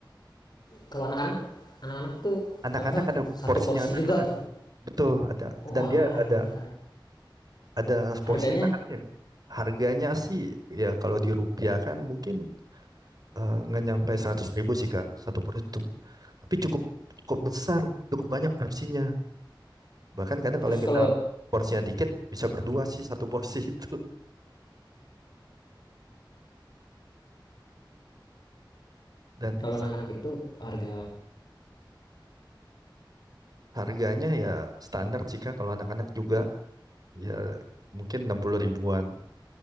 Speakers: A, on the left; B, on the right.
A: Kalau anak-anak, anak-anak tuh
B: anak-anak
A: apa?
B: ada
A: Satu
B: porsinya
A: porsi
B: anak-anak
A: juga tuh.
B: betul ada
A: Wow,
B: dan dia
A: anak-anak
B: ada
A: ada.
B: ada
A: Harganya?
B: porsi anak anaknya harganya sih ya kalau di rupiah kan mungkin eh, nggak nyampe seratus ribu sih kak satu porsi itu tapi cukup cukup besar cukup banyak porsinya bahkan kadang
A: Terus
B: kalau yang
A: kalau
B: kita porsinya dikit bisa berdua sih satu porsi <laughs> itu dan
A: kalau
B: sa-
A: anak-anak itu harga,
B: harganya ya standar sih kak kalau anak-anak juga ya mungkin enam puluh ribuan